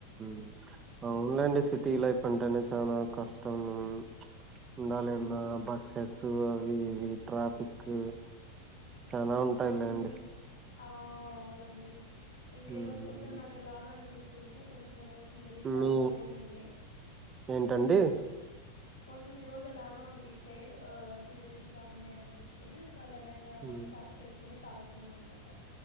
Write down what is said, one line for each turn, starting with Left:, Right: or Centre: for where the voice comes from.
Right: మ్ అవున్ లేండి సిటీ లైఫ్ అంటేనే, చానా కష్టము. ఉండాలి
Left: మ్మ్
Right: అన్న బస్సస్ అవి ఇవి ట్రాఫిక్ చాన ఉంటాయిలేండి.
Left: మ్మ్. ఆ అవునండి. ఇంకా
Right: మ్
Left: ఈ రోజు కొంచెం నాకు ఎలానో అనిపిస్తుంటే కొంచెం ఏదో ఫీవరిష్
Right: మీ
Left: అలా ఫీలింగ్ ఉండే.
Right: ఏంటండి
Left: కొంచెం ఈ రోజు ఎలానో అనిపిచ్చే. ఆ ఫీవరిష్ గా ఉండే అనిపిస్తేను ఇ క లెమన్
Right: మ్
Left: జ్యూస్ తా చేసుకొని తాగుతున్న అన్నమాట.